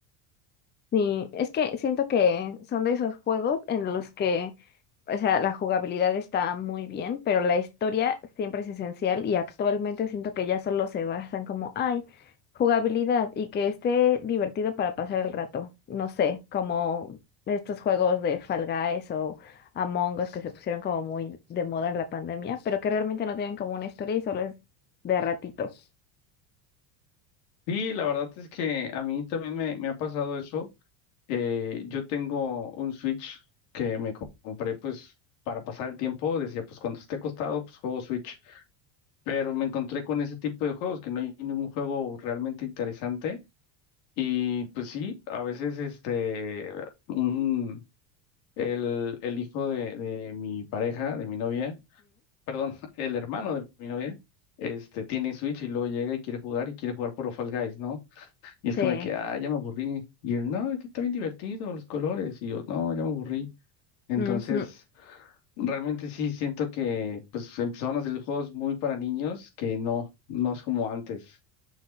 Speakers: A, on the left (about 20°); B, on the left (about 75°).
A: Sí, es que siento que son de esos juegos en los que o sea, la jugabilidad está muy bien, pero la historia siempre es esencial y actualmente siento que ya solo se basan como, ay, jugabilidad y que esté divertido para pasar el rato. No sé, como estos juegos de Fall Guys o Among Us que se pusieron como muy de moda en la pandemia, pero que realmente no tienen como una historia y solo es de ratitos.
B: Y la verdad es que a mí también me, me ha pasado eso. Eh, yo tengo un Switch que me co- compré pues para pasar el tiempo, decía pues cuando esté acostado pues juego Switch, pero me encontré con ese tipo de juegos que no hay ningún juego realmente interesante. Y pues sí, a veces este, un, el, el hijo de, de mi pareja, de mi novia, perdón, <laughs> el hermano de mi novia, este, tiene Switch y luego llega y quiere jugar y quiere jugar por Fall Guys, ¿no? Y es
A: Sí.
B: como de que, ah, ya me aburrí. Y él, no, es que está bien divertido, los colores. Y yo, no, ya me aburrí. Entonces,
A: ujú.
B: realmente sí siento que, pues, empezaron a hacer juegos muy para niños que no, no es como antes.